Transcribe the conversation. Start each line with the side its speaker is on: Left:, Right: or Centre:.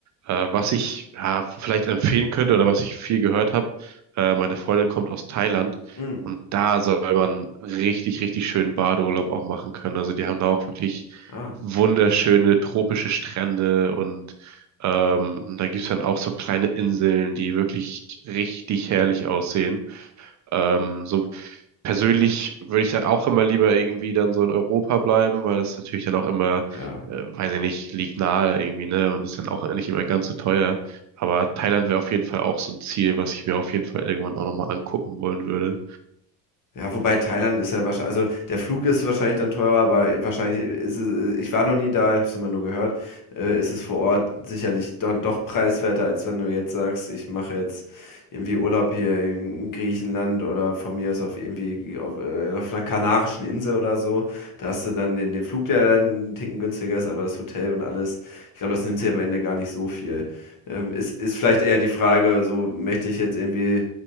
Right: äh, was ich ja, vielleicht empfehlen könnte oder was ich viel gehört habe, äh, meine Freundin kommt aus Thailand
Left: Hm.
Right: und da soll man richtig, richtig schönen Badeurlaub auch machen können. Also die haben da auch wirklich
Left: Ah,
Right: wunderschöne tropische Strände und ähm, da gibt's dann auch so kleine Inseln, die wirklich richtig herrlich aussehen. Ähm, so persönlich würde ich dann auch immer lieber irgendwie dann so in Europa bleiben, weil das natürlich dann auch immer,
Left: ja.
Right: äh, weiß ich nicht, liegt nahe irgendwie, ne? Und ist dann auch nicht immer ganz so teuer. Aber Thailand wäre auf jeden Fall auch so ein Ziel, was ich mir auf jeden Fall irgendwann auch nochmal angucken wollen würde.
Left: Ja, wobei Thailand ist ja wahrscheinlich, also der Flug ist wahrscheinlich dann teurer, aber wahrscheinlich ist es, ich war noch nie da, ich habe es immer nur gehört, äh, ist es vor Ort sicherlich dann doch preiswerter, als wenn du jetzt sagst, ich mache jetzt irgendwie Urlaub hier in Griechenland oder von mir aus auf irgendwie auf, äh, auf einer kanarischen Insel oder so. Da hast du dann den, den Flug, der dann einen Ticken günstiger ist, aber das Hotel und alles, ich glaube, das nimmt sich am Ende gar nicht so viel. Ähm, ist, ist vielleicht eher die Frage, so möchte ich jetzt irgendwie